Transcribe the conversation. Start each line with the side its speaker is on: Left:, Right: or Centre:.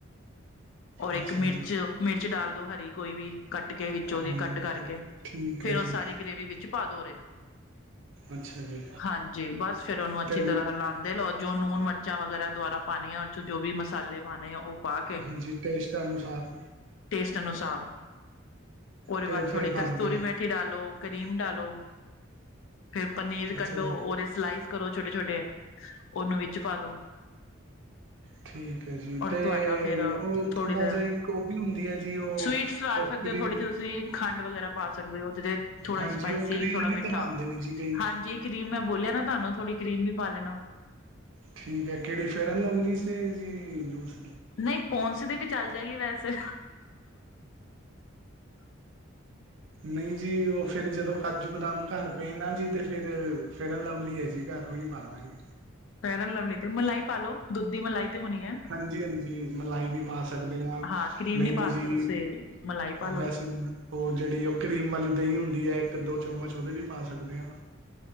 Left: ਔਰ ਇੱਕ
Right: ਅੱਛਾ
Left: ਮਿਰਚ,
Right: ਜੀ,
Left: ਮਿਰਚ ਡਾਲ ਦੋ ਹਰੀ ਕੋਈ ਵੀ ਕੱਟ ਕੁੱਟ ਕੇ ਵਿੱਚ
Right: ਹਾਂਜੀ,
Left: ਉਹਦੀ ਕੱਟ
Right: ਹਾਂਜੀ
Left: ਕਰਕੇ,
Right: ਠੀਕ
Left: ਫੇਰ
Right: ਹੈ
Left: ਉਹ
Right: ਜੀ,
Left: ਸਾਰੀ ਗ੍ਰੇਵੀ ਵਿੱਚ ਪਾ ਦੋ ਔਦੇ,
Right: ਅੱਛਾ ਜੀ
Left: ਹਾਂਜੀ ਬਸ ਫੇਰ ਉਹਨੂੰ ਅੱਛੀ
Right: ਤੇ
Left: ਤਰ੍ਹਾਂ ਹਲਾਉਦੇ ਲਓ। ਜੋ ਨੂਨ ਮਿਰਚਾਂ ਵਗੈਰਾ ਦੁਬਾਰਾ ਪਾਣੀਆਂ ਉਹ 'ਚ ਜੋ ਵੀ ਮਸਾਲੇ ਪਾਣੇ ਐ। ਉਹ ਪਾ ਕੇ,
Right: ਹਾਂਜੀ ਟੇਸਟ ਅਨੁਸਾਰ
Left: ਟੇਸਟ ਅਨੁਸਾਰ। ਉਹਦੇ
Right: ਤੇ
Left: ਬਾਦ ਥੋੜੀ
Right: ਫੇਰ ਬਣ
Left: ਕਸਤੂਰੀ
Right: ਗਿਆ
Left: ਮੇਥੀ ਪਟੀ ਡਾਲੋ ਕਰੀਮ ਡਾਲੋ, ਫੇਰ ਪਨੀਰ ਕੱਢੋ
Right: ਅੱਛਾ ਜੀ
Left: ਓਦੇ ਸਲਾਈਸ ਕਰੋ ਛੋਟੇ-ਛੋਟੇ ਉਹਨੂੰ ਵਿੱਚ ਪਾ ਦੋ।
Right: ਠੀਕ ਐ ਜੀ
Left: ਔਰ
Right: ਤੇ
Left: ਤੁਹਾਡਾ ਫੇਰ
Right: ਉਹ
Left: ਥੋੜ੍ਹੀ
Right: ਥੋੜ੍ਹਾ
Left: ਦੇਰ
Right: ਜਿਹਾ ਇੱਕ ਉਹ ਵੀ ਹੁੰਦੀ ਐ ਜੀ ਉਹ
Left: <unintelligible> ਥੋੜ੍ਹੀ
Right: ਉਹ ਕਰੀਮ
Left: ਜੀ ਤੁਸੀਂ ਖੰਡ ਵਗੈਰਾ ਪਾ ਸਕਦੇ ਹੋ ਜਿਦੇ ਥੋੜਾ
Right: ਹਾਂਜੀ
Left: ਸਪਾਈਸੀ
Right: ਉਹ ਕਰੀਮ
Left: ਥੋੜਾ
Right: ਵੀ
Left: ਮਿੱਠਾ,
Right: ਤੇ ਬਣਦੇ ਨੇ ਜੀ ਕਈ
Left: ਹਾਂਜੀ। ਕਰੀਮ ਮੈਂ ਬੋਲਿਆ ਨਾ ਤੁਹਾਨੂੰ ਥੋੜੀ ਕਰੀਮ ਵੀ ਪਾ ਲੈਣਾ।
Right: ਠੀਕ ਐ ਕਿਹੜੀ ਫੇਅਰਲਵਲੀ ਸੀ ਜੀ ਦੂਸ
Left: ਨਈ ਪੋਨਸ ਦੀ ਵੀ ਚੱਲ ਜਾਏਗੀ ਵੈਸੇ
Right: ਨਈ ਜੀ ਉਹ ਫੇਰ ਜਦੋਂ ਕਾਜੂ ਬਦਾਮ ਘਰ ਪਏ ਨਾ ਜੀ ਤੇ ਫੇਰ ਫੇਅਰ ਲਵਲੀ ਐ ਜੀ ਘਰ ਉਈ ਪਾਲਾਗੇ
Left: ਫੈਅਲ ਲਵਲੀ ਤੇ ਮਲਾਈ ਪਾਲੋ ਦੁੱਧ ਦੀ ਮਲਾਈ ਤੇ ਹੋਣੀ ਐ।
Right: ਹਾਂਜੀ-ਹਾਂਜੀ ਮਲਾਈ ਵੀ ਪਾ ਸਕਦੇ ਆ,
Left: ਹਾਂ ਕਰੀਮ
Right: ਨਹੀਂ
Left: ਨੀ
Right: ਤੇ
Left: ਪਾ ਸਕਦੇ
Right: ਜੀ
Left: ਤੁਸੀਂ ਮਲਾਈ ਪਾ ਲੋ
Right: ਵੈਸੇ ਨਾ ਉਹ ਜਿਹੜੀ ਉਹ ਕਰੀਮ ਵਾਲੀ ਦਹੀਂ ਹੁੰਦੀ ਐ ਇੱਕ ਦੋ ਚਮਚ ਉਹਦੇ ਵੀ ਪਾ ਸਕਦੇ ਆ।